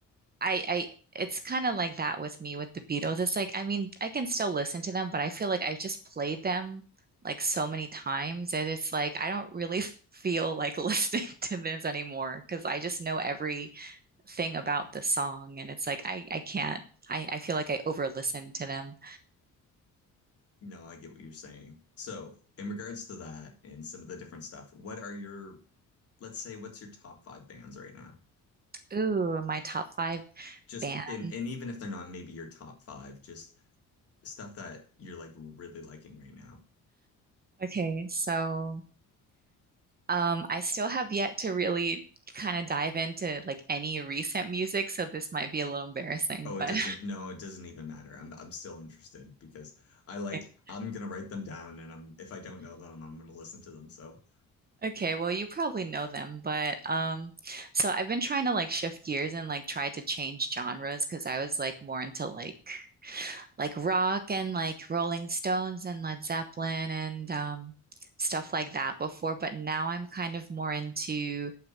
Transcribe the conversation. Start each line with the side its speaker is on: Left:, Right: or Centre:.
Right: I I it's kind of like that with me with the Beatles. It's like I mean, I can still listen to them, but I feel like I've just played them like so many times that it's like I don't really <laughs> feel like listening <laughs> to this anymore because I just know everything about the song and it's like I I can't. I I feel like I over listen to them.
Left: No, I get what you're saying. So, in regards to that and some of the different stuff, what are your, let's say, what's your top five bands right now?
Right: Ooh, my top five
Left: Just
Right: band.
Left: and and even if they're not maybe your top five, just stuff that you're like really liking right now.
Right: Okay, so um I still have yet to really kind of dive into like any recent music, so this might be a little embarrassing,
Left: Oh,
Right: but
Left: it doesn't, no, it doesn't even matter. I'm I'm still interested because I like
Right: <laughs>
Left: I'm gonna write them down and I'm if I don't know them, I'm gonna listen to them. So,
Right: Okay, well, you probably know them, but um, so I've been trying to like shift gears and like try to change genres because I was like more into like like rock and like Rolling Stones and Led Zeppelin and um stuff like that before, but now I'm kind of more into